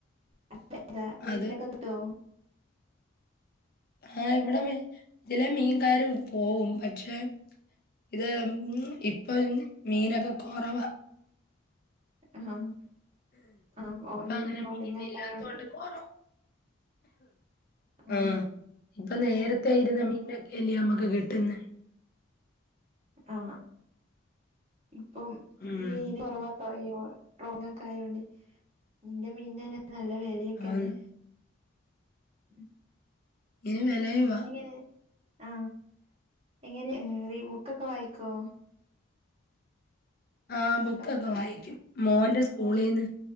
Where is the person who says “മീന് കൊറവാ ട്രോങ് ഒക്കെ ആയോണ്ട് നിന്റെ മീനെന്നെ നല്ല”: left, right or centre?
Right